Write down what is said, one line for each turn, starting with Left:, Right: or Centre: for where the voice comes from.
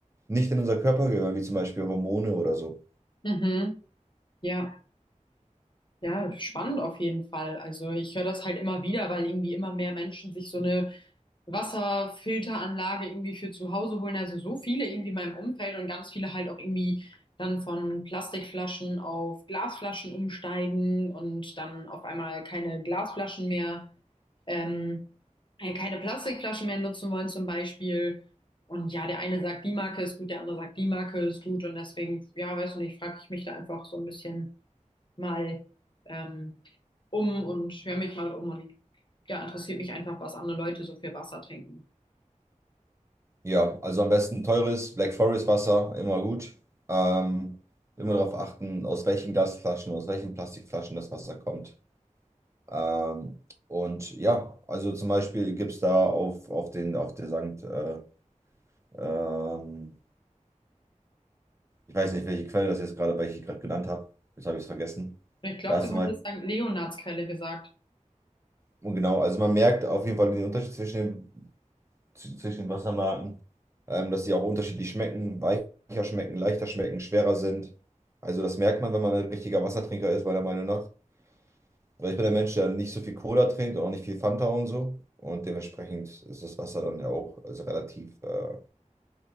Right: nicht in unser Körper gehören, wie zum Beispiel Hormone oder so.
Left: Mhm. Ja, ja, spannend auf jeden Fall. Also ich höre das halt immer wieder, weil irgendwie immer mehr Menschen sich so eine Wasserfilteranlage irgendwie für zu Hause holen. Also so viele irgendwie in meinem Umfeld und ganz viele halt auch irgendwie dann von Plastikflaschen auf Glasflaschen umsteigen und dann auf einmal keine Glasflaschen mehr, ähm, äh, keine Plastikflaschen mehr nutzen wollen zum Beispiel. Und ja, der eine sagt, die Marke ist gut, der andere sagt, die Marke ist gut. Und deswegen, ja, weißt du nicht, frage ich mich da einfach so ein bisschen mal ähm, um und höre mich mal um und ja, interessiert mich einfach, was andere Leute so viel Wasser trinken.
Right: Ja, also am besten teures Black Forest Wasser, immer gut. Ähm, immer darauf achten, aus welchen Glasflaschen, aus welchen Plastikflaschen das Wasser kommt. Ähm, und ja, also zum Beispiel gibt es da auf, auf den, auf der Sankt, äh, ähm, ich weiß nicht, welche Quelle das jetzt gerade, welche ich gerade genannt habe. Jetzt habe ich es vergessen.
Left: Ich glaube,
Right: Da ist
Left: du
Right: zum
Left: hattest
Right: Beispiel,
Left: St. Leonardskeile gesagt.
Right: und genau, also man merkt auf jeden Fall den Unterschied zwischen den z- zwischen den Wassermarken, ähm, dass die auch unterschiedlich schmecken, weicher schmecken, leichter schmecken, schwerer sind. Also das merkt man, wenn man ein richtiger Wassertrinker ist, meiner Meinung nach. Weil ich bin ein Mensch, der nicht so viel Cola trinkt und auch nicht viel Fanta und so. Und dementsprechend ist das Wasser dann ja auch also relativ äh,